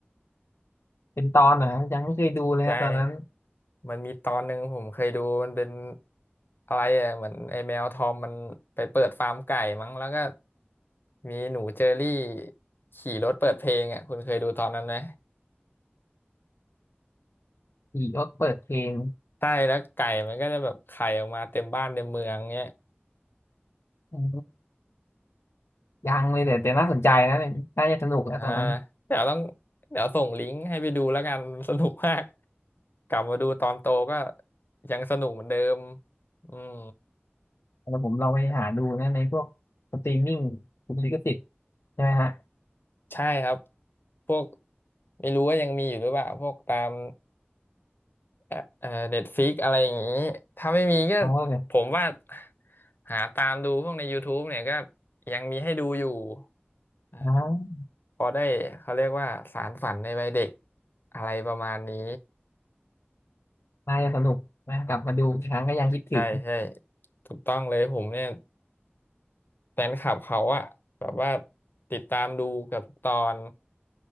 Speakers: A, on the left; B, on the left.
A: ๆเป็นตอนเหรอครับยังไม่เคยดูเลยนะตอนนั้น
B: ใช่มันมีตอนหนึ่งผมเคยดูมันเป็นอะไรอ่ะเหมือนไอ้แมวทอมมันไปเปิดฟาร์มไก่มั้งแล้วก็มีหนูเจอรี่ขี่รถเปิดเพลงอ่ะคุณเคยดูตอนนั้นไหม
A: ขี่รถเปิดเพลง
B: ใช่แล้วไก่มันก็จะแบบไข่ออกมาเต็มบ้านเต็มเมืองเงี้ย
A: อ๋อยังเลยแต่แต่น่าสนใจนะน่าจะสนุกนะตอนนั้น
B: อ่าเดี๋ยวต้องเดี๋ยวส่งลิงก์ให้ไปดูแล้วกันสนุกมากกลับมาดูตอนโตก็ยังสนุกเหมือนเดิมอืม
A: แล้วผมเราไปหาดูนะในพวกสตรีมมิ่งคุณลิขสิทธิ์ใช่ไหมฮะ
B: ใช่ครับพวกไม่รู้ว่ายังมีอยู่หรือเปล่าพวกตาม แอปเอ่อเน็ตฟิกอะไรอย่างนี้ ถ้าไม่มีก็
A: เขาก็แบบ
B: ผมว่าหาตามดูพวกใน YouTube เนี่ยก็ยังมีให้ดูอยู่อ่า
A: อ้าว
B: พอได้เขาเรียกว่าสารฝันในวัยเด็กอะไรประมาณนี้
A: น่าจะสนุกนะกลับมาดูอีกครั้งก็ยังคิดถึง
B: ใช่ใช่ถูกต้องเลยผมเนี่ยแฟนคลับเขาอะแบบว่าติดตามดูเกับทุกตอน